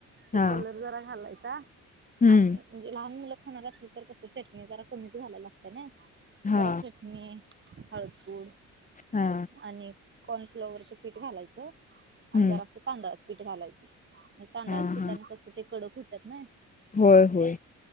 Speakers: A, on the right; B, on the left.
A: तो
B: हा
A: कलर जरा घालायचा
B: हम्म
A: आणि म्हणजे लहान मुलं खाणार असली तर कसं चटणी जरा कमीच घालायला लागते नाय
B: हा
A: जरा चट णी, हळकुंड
B: हा!
A: आणि कॉर्नफ्लॉवरचं पीठ घालायचं आणि
B: हम्म
A: जरा असं तांदळाच पीठ घालायचं तांदळाच्या
B: हा
A: पिठाने
B: हा
A: कसं ते कडक होत्यात नाय
B: होय होय!